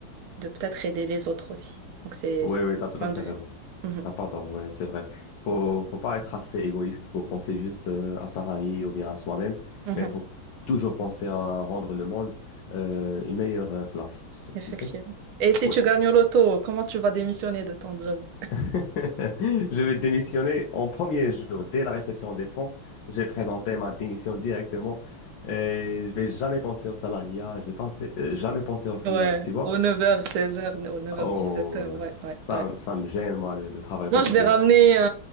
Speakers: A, on the right; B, on the left.
A: de peut-être aider les autres aussi. Donc c'est
B: Ouais,
A: c'est
B: ouais,
A: mon
B: t'as tout
A: point
B: à fait
A: de
B: raison.
A: vue. Mhm.
B: T'as pas tort, ouais, c'est vrai. Faut, faut pas être assez égoïste pour penser juste euh, à sa famille ou bien à soi-même,
A: Mhm.
B: mais il faut toujours penser à rendre le monde euh, une meilleure euh, place, tu sais.
A: Effectivement.
B: tu sais.
A: Et si
B: Ouais.
A: tu gagnes au loto, comment tu vas démissionner de ton job?
B: <laughs> Je vais démissionner en premier jour, dès la réception des fonds. Je vais présenter ma démission directement. Et je vais jamais penser au salariat, je vais penser, euh, jamais penser au freelance,
A: Ouais,
B: tu vois.
A: aux 9h, 16h, aux neuf heures
B: Oh,
A: dix-sept heures. ouais,
B: ça,
A: ouais, ouais.
B: ça me gêne, moi, le, le travail
A: Non,
B: quotidien.
A: je vais ramener un,